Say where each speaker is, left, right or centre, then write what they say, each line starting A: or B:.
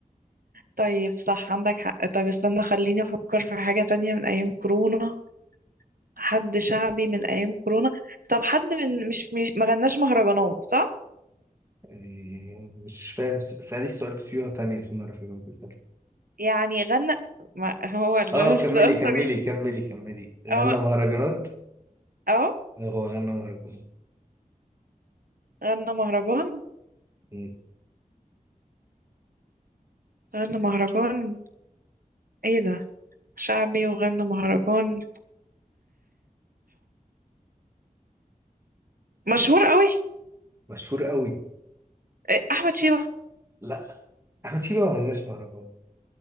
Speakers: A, on the right (about 75°); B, on the right (about 20°).
A: طيب صح عندك حق طب استنى خليني أفكر في حاجة تانية من أيام كورونا حد شعبي من أيام كورونا طب حد من مش مش ما غناش مهرجانات صح
B: إيه، مش فاهم الس- اسألي السؤال بصيغة تانية عشان أعرف أجاوبك
A: يعني غنى ما هو ال-
B: اه
A: <laughs> السؤال
B: كملي
A: صريح
B: كملي كملي كملي غنى
A: أهو
B: مهرجانات
A: أهو
B: آه، هو غنى مهرجانات
A: غنى مهرجان
B: مم.
A: غنى مهرجان إيه ده شعبي وغنى مهرجان مشهور قوي
B: مشهور قوي
A: إيه، احمد شيبة
B: لا أحمد شيبة ما غناش مهرجانات